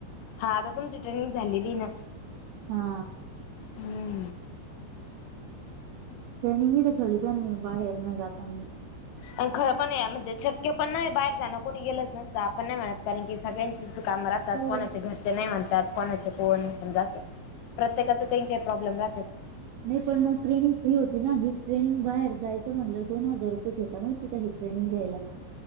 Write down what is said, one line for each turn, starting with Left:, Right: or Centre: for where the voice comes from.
Left: हा आता तुमची ट्रेनिंग झालेली ना
Right: हा.
Left: हम्म.
Right: ट्रेनिंगही <unintelligible> बाहेर न जातांनी
Left: आणि खरं पण म्हणजे शक्य पण नाही बाहेर जाणं कोणी गेलंच नसतं. आपण नाही म्हणत कारण की सगळ्यांचेच इथं काम राहतात.
Right: हो
Left: कोणाचे घर चे नाही म्हणतात. कोणाच कोण समजा, अस प्रत्येकाच काही काही प्रॉब्लेम राहताच.
Right: नाही पण मग ट्रेनिंग फ्री होती ना हीच ट्रेनिंग बाहेर जायचं म्हणलं, दोन हजार रुपये घेता माहिती का? ट्रेनिंग घ्यायला